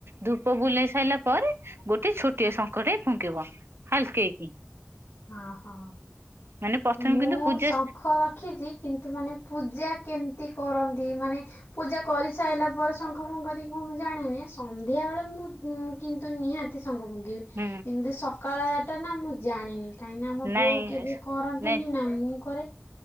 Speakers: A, on the right (about 80°); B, on the left (about 85°).
A: ଧୂପ ବୁଲେଇ ସାଇଲା ପରେ ଗୋଟେ ଛୋଟିଆ ଶଙ୍ଖଟେ ଫୁଙ୍କିବ ହାଲ୍କେଇକି
B: ଅଁହଁ
A: ମାନେ ପ୍ରଥମେ
B: ମୁଁ
A: କିନ୍ତୁ ପୂଜା
B: ଶଙ୍ଖର ରଖିଛି କିନ୍ତୁ ମାନେ ପୂଜା କେମ୍ତି କରନ୍ତି ମାନେ ପୂଜା କରିସାଇଲା ପରେ ଶ ଙ୍ଖ ଫୁକନ୍ତି କଣ ମୁଁ ଜାଣିନି ସନ୍ଧ୍ୟାବେଳେ ମୁଁ ଉଁ କିନ୍ତୁ ନିହାତି ସଙ୍ଖ ଫୁଙ୍କିବି।
A: ହୁଁ।
B: ଇମ୍ତି ସକାଳେ ଏଟାନା ମୁଁ ଜାଣିନି। କାହିଁକି ନା ଆମ
A: ନାଇଁ
B: ବୋଉ କେବେ କରନ୍ତିନି
A: ନାଇଁ
B: ନା ମୁଁ କରେ